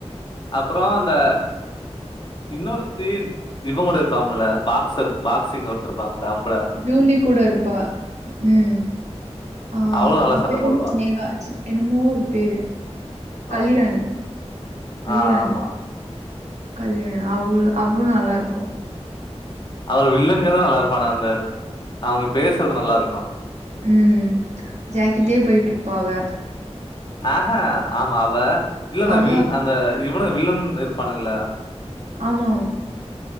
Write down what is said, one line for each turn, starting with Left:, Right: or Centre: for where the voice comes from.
Left: அப்றோ இந்த இன்னொருத்தி இவங்க கூட இருப்பாம்ல பாக்ஸர் பாக்சிங் ஒருத்த இருப்பாம்ல அவங்க
Right: ஜூனி கூட இருப்பா ம் ஆ
Left: அவளு நல்லா
Right: அவ
Left: சண்ட
Right: பேரு
Left: போடுவா
Right: வந்து <unintelligible> என்னமோ ஒரு பேரு கள்ளிராணி
Left: ஆமா
Right: கள்ளிராணி
Left: ஆ ஆமா
Right: கள்ளிரானி அவ அவ்ளு நல்லா இருக்கு
Left: அவள்ளு வில்லனுங்தா நல்லா இருப்பானுங்க அந்த அவுங்க பேசுறது நல்லா இருக்கு
Right: ம் ஜாக்கெட்டே பொயிட்ருப்பா அவ
Left: ஆஹ ஆமா அவ இல்லன்ன
Right: அவ
Left: வி அந்த இவனுங்க வில்லன் இருப்பானுங்கள
Right: ஆமா